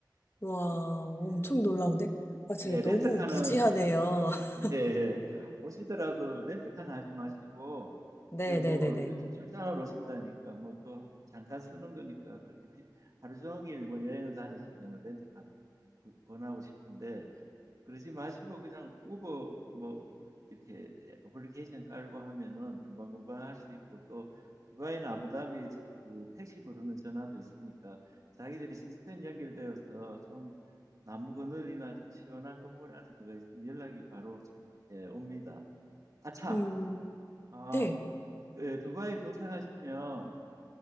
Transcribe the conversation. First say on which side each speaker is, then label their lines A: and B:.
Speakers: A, on the left; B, on the right.
A: 와,
B: 그리,
A: 엄청
B: 예,
A: 놀라운데? 아, 제가
B: 예, 렌트카는
A: 너무 무지하네요.
B: 예,
A: <laughs>
B: 예. 오시더라도 렌트카는 하지 마시고,
A: 네네네네.
B: 이제 뭐, 출장을 오신다니까, 뭐 또 잠깐 쓰는 거니까, 그렇게 비- 하루 종일 뭐 여행을 다니시면 렌트카도 그- 권하고 싶은데, 그러지 마시고 그냥 우버 뭐 이렇게 애플리케이션 깔고 하면은 금방금방 할 수 있고 또 두바이나 아부다비에 저- 그 택시 부르는 전화도 있으니까 자기들이 시스템 연결되어서 좀 나무 그늘이나 좀 시원한 건물 안에 들어가 있으면 연락이 바로 예, 옵니다. 아 참,
A: 음,
B: 아,
A: 네.
B: 그, 예, 두바이 도착하시면